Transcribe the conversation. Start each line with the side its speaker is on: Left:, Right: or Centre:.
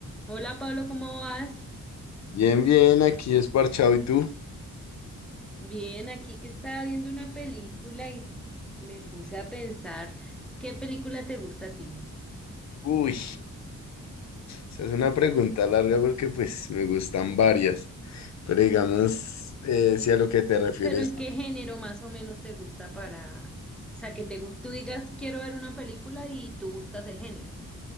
Centre: Hola Pablo, ¿cómo vas?
Left: Bien, bien, aquí es parchado. ¿Y tú?
Centre: Bien, aquí que estaba viendo una película y me puse a pensar qué película te gusta a ti,
Left: Uy, esa es una pregunta larga porque pues me gustan varias. Pero digamos, eh, si a lo que te refieres,
Centre: pero en qué género más o menos te gusta para, o sea, que te gus- tú digas quiero ver una película y tú buscas el género.